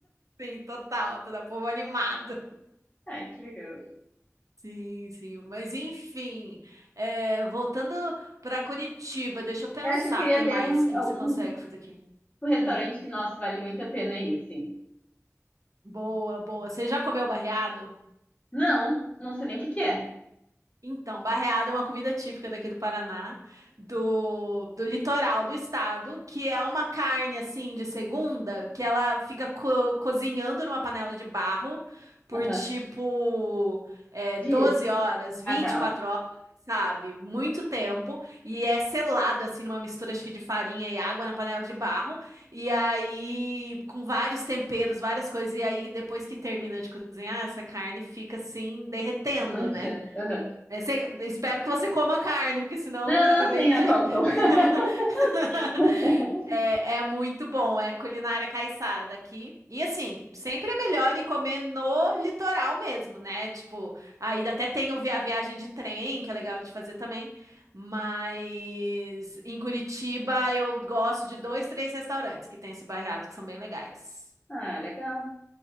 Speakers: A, on the right (about 85°); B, on the left (about 25°).
A: sim, total, todo o povo animado.
B: Ai, que legal.
A: Sim, sim, mas enfim, é, voltando para Curitiba, deixa eu pensar,
B: Eu acho que eu queria
A: o que
B: ver
A: mais
B: um,
A: que
B: algum
A: você consegue fazer aqui?
B: um restaurante
A: Hum,
B: que, nossa, vale muito a pena ir, assim.
A: boa, boa. Você já comeu barreado?
B: Não, não sei nem o que que é.
A: Então, barreada é uma comida típica daqui do Paraná, do, do litoral do estado, que é uma carne assim de segunda, que ela fica co- cozinhando numa panela de barro por
B: Aham.
A: tipo é,
B: Dias.
A: 12 horas, vinte
B: Ah, tá,
A: e quatro
B: ótimo.
A: horas, sabe? Muito tempo. E é selado assim numa mistura acho que de farinha e água na panela de barro. E aí, com vários temperos, várias coisas. E aí, depois que termina de cozinhar, essa carne fica assim derretendo,
B: Desmanchando.
A: né?
B: Aham.
A: É, cê- espero que você coma carne, porque senão
B: Não,
A: eu
B: não,
A: acabei
B: sim,
A: de.
B: eu como,
A: <laughs>
B: como. <laughs> <laughs>
A: É, é muito bom, é culinária caiçara daqui. E assim, sempre é melhor ir comer no litoral mesmo, né? Tipo, aí até tem o vi- a viagem de trem, que é legal de fazer também. Mas em Curitiba eu gosto de dois, três restaurantes que tem esse bairrado que são bem legais.
B: Ah, legal.